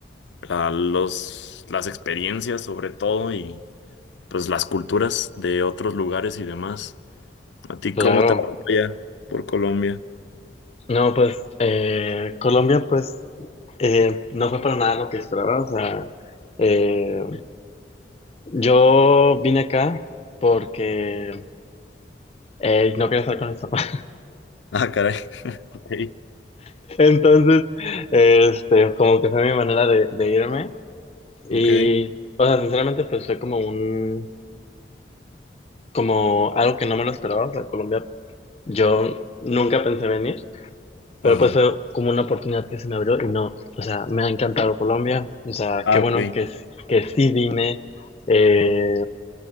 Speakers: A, on the left (about 85°); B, on the left (about 35°).
A: la- los, las experiencias sobre todo y pues las culturas de otros lugares y demás. ¿A ti
B: Claro.
A: cómo te va por allá por Colombia?
B: No, pues eh, Colombia, pues eh, no fue para nada lo que esperaba. O sea, eh, yo vine acá porque eh, no quería estar con mis papás.
A: Ah, caray. <laughs> Ok,
B: <laughs> Entonces, este, como que fue mi manera de, de irme. Y,
A: ok.
B: o sea, sinceramente, pues fue como un, como algo que no me lo esperaba. O sea, Colombia, yo nunca pensé venir, pero
A: Ajá.
B: pues fue como una oportunidad que se me abrió y no, o sea, me ha encantado Colombia. O sea,
A: Ah,
B: qué bueno
A: ok.
B: que, que sí vine. Eh,